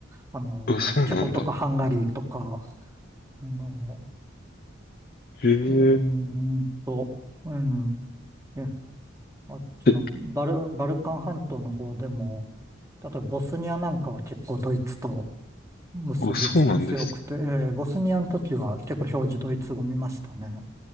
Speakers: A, on the right; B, on the left.
A: あの、
B: あ、そうなんだ。
A: チェコとかハンガリーとか、あの、
B: へえ。
A: うーんと、うん、いやあっちのバル、
B: え、
A: バルカン半島の方でも、例えばボスニアなんかは結構ドイツと結びつき強くて、
B: あ、そうなんです。
A: えーボスニアの時は結構表示ドイツ語見ましたね。